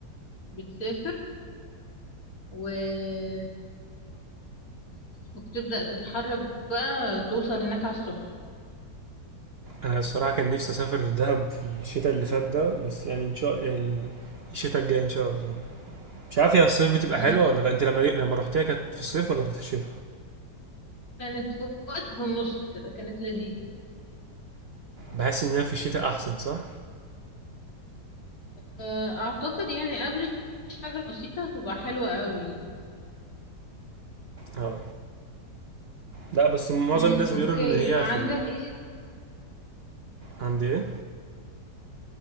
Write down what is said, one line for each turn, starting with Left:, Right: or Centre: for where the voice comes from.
Left: بتسافر وبس وبتبدأ تتحرك بقى توصل هناك على الصبح
Right: انا الصراحه كان نفسي اسافر دهب في الشتاء اللي فات ده بس يعني ان شاء ال- الشتاء الجاي ان شاء الله مش عارف هي الصيف بتبقى
Left: إن
Right: حلوه
Left: شاء
Right: ولا
Left: الله.
Right: لا انت لما لما رحتيها كانت في الصيف ولا كانت في الشتاء
Left: كانت في وقت في النص كده كانت لذيذة
Right: بحس ان هي في الشتاء احسن صح
Left: آه، أعتقد يعني قبل حاجة بسيطة تبقى حلوة قوي
Right: اه لا بس معظم
Left: مم.
Right: الناس بيقولوا
Left: أوكي
Right: ان هي
Left: عندك
Right: في ال...
Left: إيه؟
Right: عند ايه